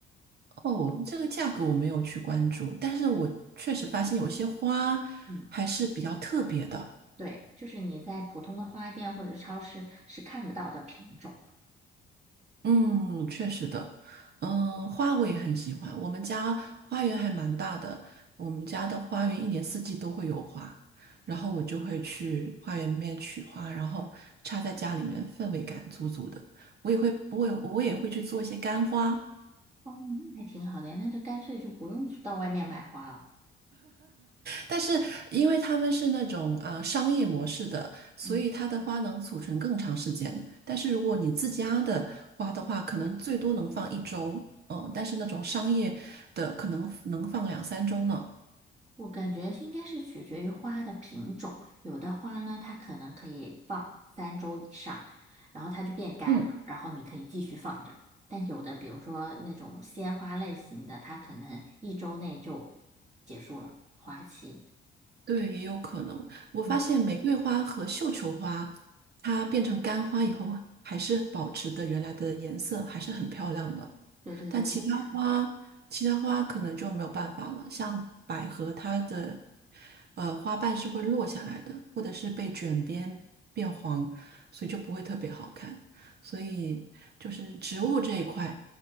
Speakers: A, on the right; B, on the right.
A: 哦，这个价格我没有去关注，但是我确实发现有些花
B: 嗯，
A: 还是比较特别的。
B: 对，就是你在普通的花店或者超市是看不到的品种。
A: 嗯，确实的，嗯，花我也很喜欢。我们家花园还蛮大的，我们家的花园一年四季都会有花，然后我就会去花园里面取花，然后插在家里面，氛围感足足的。我也会，我也我也会去做一些干花，
B: 哦，那还挺好的呀，那就干脆就不用去到外面买花了。
A: 但是因为他们是那种呃商业模式的，所以它的花能储存更长时间。
B: 嗯，
A: 但是如果你自家的花的话，可能最多能放一周，嗯，但是那种商业的可能能放两三周呢。
B: 我感觉应该是取决于花的品种，有的花呢，它可能可以放三周以上，然后它就变干了，
A: 嗯，
B: 然后你可以继续放着。但有的，比如说那种鲜花类型的，它可能一周内就结束了花期。
A: 对，也有可能。我发现玫瑰花和绣球花，
B: 嗯，
A: 它变成干花以后啊，还是保持的原来的颜色，还是很漂亮的。
B: 对对对，
A: 但其他花，
B: 我也很喜
A: 其他花可能就没有办法了。像百合，它的呃花瓣是会落下来的，或者是被卷边变黄，所以就不会特别好看。所以就是植物这一块，